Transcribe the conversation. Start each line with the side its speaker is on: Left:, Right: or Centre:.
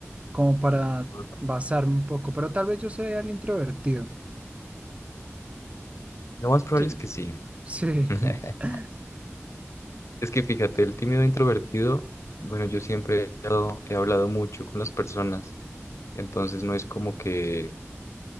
Right: como para
Left: Ok,
Right: basarme un poco, pero tal vez yo sea el introvertido.
Left: Lo más probable
Right: Sí,
Left: es que sí.
Right: sí,
Left: <laughs>
Right: <laughs>
Left: Es que fíjate, el tímido introvertido, bueno, yo siempre he hablado, he hablado mucho con las personas, entonces no es como que